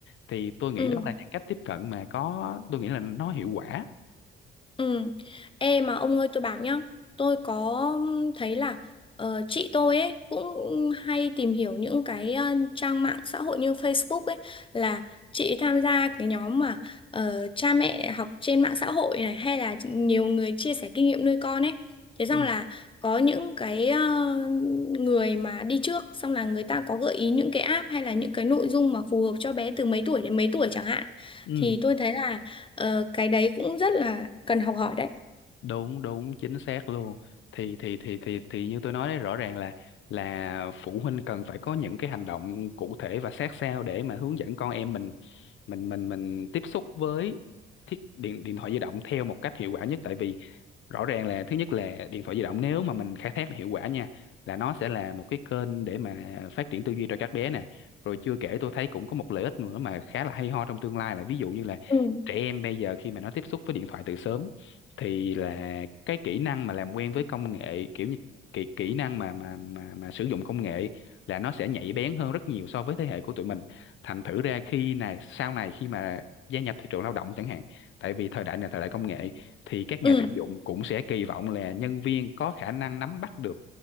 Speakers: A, on the left; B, on the left.
A: thì tôi nghĩ
B: Ừ,
A: đó là những cách tiếp cận mà có tôi nghĩ là nó hiệu quả
B: ừ. Ê mà ông ơi tôi bảo nhá, tôi có thấy là ờ, chị tôi ấy cũng hay tìm hiểu những cái ờ, trang mạng xã hội như Facebook ấy là chị ấy tham gia cái nhóm mà ờ, cha mẹ học trên mạng xã hội này hay là nhiều người chia sẻ kinh nghiệm nuôi con ấy. Thế xong
A: ừ,
B: là có những cái ờ, người mà đi trước xong là người ta có gợi ý những cái app hay là những cái nội dung mà phù hợp cho bé từ mấy tuổi đến mấy tuổi chẳng hạn.
A: ừ,
B: Thì tôi thấy là Ờ, cái đấy cũng rất là cần học hỏi đấy.
A: đúng đúng chính xác luôn thì thì thì thì thì như tôi nói đấy rõ ràng là là phụ huynh cần phải có những cái hành động cụ thể và sát sao để mà hướng dẫn con em mình mình mình mình tiếp xúc với thiết điện điện thoại di động theo một cách hiệu quả nhất tại vì rõ ràng là thứ nhất là điện thoại di động nếu mà mình khai thác hiệu quả nha là nó sẽ là một cái kênh để mà phát triển tư duy cho các bé nè rồi chưa kể tôi thấy cũng có một lợi ích nữa mà khá là hay ho trong tương lai là ví dụ như là
B: Ừ.
A: trẻ em bây giờ khi mà nó tiếp xúc với điện thoại từ sớm thì là cái kỹ năng mà làm quen với công nghệ kiểu như kỹ kỹ năng mà mà mà mà sử dụng công nghệ là nó sẽ nhạy bén hơn rất nhiều so với thế hệ của tụi mình thành thử ra khi này sau này khi mà gia nhập thị trường lao động chẳng hạn tại vì thời đại này là thời đại công nghệ thì các
B: Ừ,
A: nhà tuyển dụng cũng sẽ kỳ vọng là nhân viên có khả năng nắm bắt được